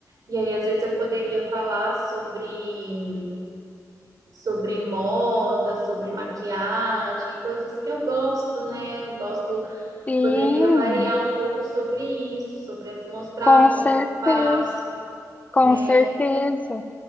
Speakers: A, on the right; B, on the left.
A: E aí, às vezes, eu poderia falar sobre, sobre moda, sobre maquiagem, coisas que eu gosto, né? Eu gosto
B: Sim,
A: poderia variar um pouco sobre isso, sobre as- mostrar
B: com
A: como
B: certeza.
A: que eu faço,
B: Com
A: né?
B: certeza.